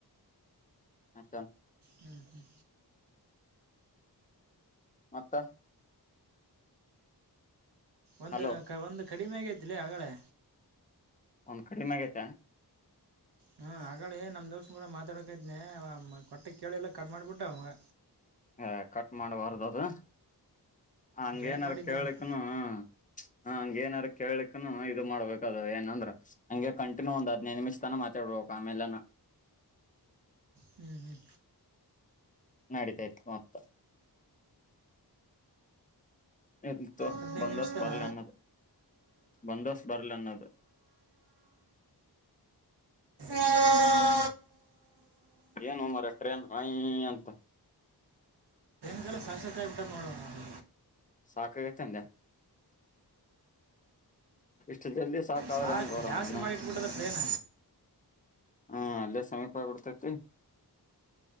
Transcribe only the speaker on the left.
<unintelligible>
ಮತ್ತ
ಹಲೋ
ಒಂದು ಕಡಿಮೆಾಗೈತಾ
ಹ ಕಟ್ ಮಾಡಬಾರದು ಅದು ಹಂಗೇನರ
ಕೇಳ್ಕ್ನು
ಹ ಹಂಗ ನರ ಕೇಳಕ್ನು ಇದು ಮಾಡ್ಬೇಕದ ಏನಂದ್ರ ಹಂಗೆ ಕಂಟಿನ್ಯೂ ಒಂದ್ ಹದಿನೈದು ನಿಮಿಷ್ ತಾನ ಮಾತಾಡ್ಬೇಕಕ್ ಆಮೇಲೆನ
ನಡೀತೈತ್ ಮೊತ್ತ ಇರ್ಲಿ ತಗೋ
ಬಂದಸ್
ಬರಲಿ ಅನ್ನದ ಬಂದಸ್ ಬರ್ಲಿ ಅನ್ನೋದ್
ಏನು ಮರಯ ಟ್ರೇನ್ ಹೊಯ್ ಅಂತ.
ಸಾಕಾಗೈತ್ ಅಂದ ಇಷ್ಟು ಜಲ್ದಿ ಸಾಕಾದ್ರ
ಹೆಂಗ್ ಗೋ
ರಾಮಯ್ಯನ
ಹಾ ಅಲ್ಲೇ ಸಕಾಗ್ಬಿಡ್ತೇತೈತಿ